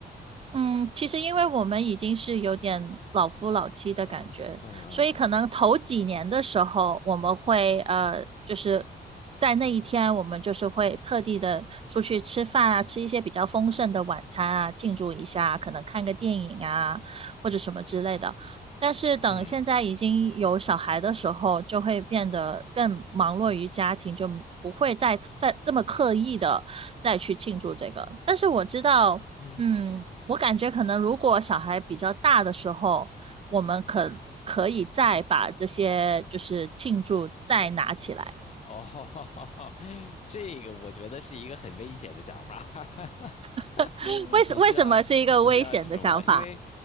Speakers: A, on the right; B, on the left.
A: 嗯，其实因为我们已经是有点老夫老妻的感觉，
B: 啊、嗯嗯嗯
A: 所以可能头几年的时候，我们会呃，就是在那一天，我们就是会特地的出去吃饭啊，吃一些比较丰盛的晚餐啊，庆祝一下，可能看个电影啊，或者什么之类的。但是等现在已经有小孩的时候，
B: 嗯
A: 就会变得更忙碌于家庭，就不会再再这么刻意的再去庆祝这个。但是我知道。
B: 嗯。
A: 嗯，我感觉可能如果小孩比较大的时候，我们可可以再把这些就是庆祝再拿起来。
B: 哦，<laughs> 这个我觉得是一个很危险的想法。<laughs>
A: <laughs> 为什为什么是一个危险的想法？
B: 你知道，你知道是什么？因为，